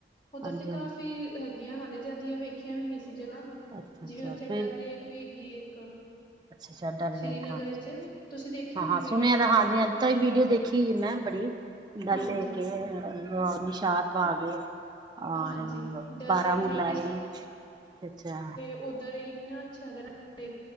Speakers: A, on the left; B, on the right.
A: ਉੱਧਰ
B: ਹਾਂਜੀ
A: ਤੇ
B: ਹਾਂਜੀ
A: ਕਾਫੀ ਹੈਗੀਆਂ ਹਲੇ ਤਾਂ ਅੱਧੀਆਂ ਵੇਖੀਆਂ ਵੀ ਨਹੀਂ ਸੀ ਜਗ੍ਹਾ
B: ਅੱਛਾ
A: ਜਿਵੇਂ
B: ਅੱਛਾ
A: ਉੱਥੇ
B: ਫਿਰ
A: ਡਲ ਲੇਕ ਵੀ ਹੈਗੀ ਹੈਏ ਇੱਕ
B: ਅੱਛਾ ਅੱਛਾ ਡਲ
A: ਸ੍ਰੀਨਗਰ
B: ਲੇਕ ਹਾਂਜੀ
A: ਵਿੱਚ ਤੁਸੀਂ ਦੇਖੀ
B: ਹਾਂ
A: ਹੋਣੀ
B: ਹਾਂ
A: ਵੀਡੀਓ
B: ਸੁਣਿਆ
A: ਵਗੈਰਾ
B: ਤਾਂ ਹਾਂਜੀ
A: ਕੁਛ
B: ਇਦ ਤਾਂ ਵੀ ਵੀਡੀਓ ਦੇਖੀ ਮੈਂ ਬੜੀ ਡੱਲ
A: ਹਾਂਜੀ
B: ਕੇ ਨਿਸ਼ਾਦ ਬਾਗੇ ਔਰ
A: ਹਾਂਜੀ ਡਲ
B: ਬਾਰਾਮੂਲਾ
A: ਲੇਕ ਏ
B: ਅੱਛਾ ਅੱਛਾ
A: ਉਧਰ ਇੰਨਾ ਅੱਛਾ ਹੈਗਾ ਨਾ